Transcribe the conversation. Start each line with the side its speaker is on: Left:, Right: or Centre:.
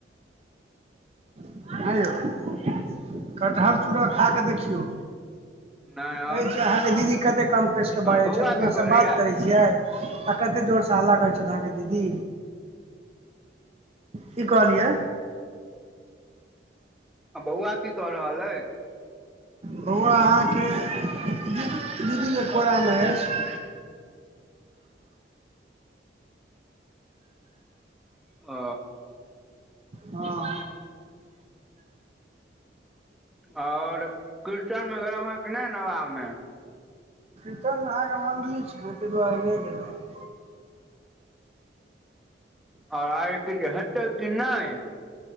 Right: नहि यौ कटहर चूड़ा खा कऽ देखियौ
Centre: नहि आओर
Right: अहाँके दीदी कते कम कैस
Centre: आओर
Right: कऽ बाजै
Centre: बौआ
Right: छथि अपनासँ
Centre: की करैया
Right: बात करै छियै आ कते जोर से हल्ला करै छथि अहाँके दीदी क कहली य
Centre: आ बौआ की क रहल अय
Right: बौआ अहाँके दीदीके कोरामे अछि
Centre: ओ
Right: हँ
Centre: आओर कीर्तनमेर अहाँके नहि नबाबमे
Right: कीर्तन मे अहाँके मण्डली छै ने तहि दुआरे नहि गेलहुँ
Centre: ह ओर आगे किछ हेतै कि नहि